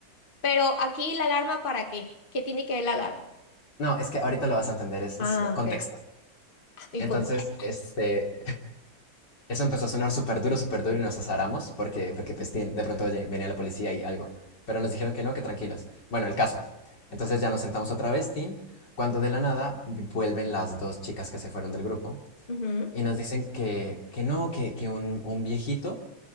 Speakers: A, on the left; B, on the left.
A: pero aquí la alarma ¿para qué? ¿Qué tiene que ver la alarma?
B: No, es que ahorita lo vas a entender, es,
A: Ah,
B: es, eh, contexto.
A: ok. El
B: Entonces,
A: contexto.
B: este, Eso empezó a sonar súper duro, súper duro y nos azaramos porque, porque pues, tin, de pronto lle- venía la policía y algo. Pero nos dijeron que no, que tranquilos. Bueno, el caso. Entonces ya nos sentamos otra vez, Tin, cuando de la nada vi- vuelven las dos chicas que se fueron del grupo
A: Ujú,
B: y nos dicen que, que no, que, que un, un viejito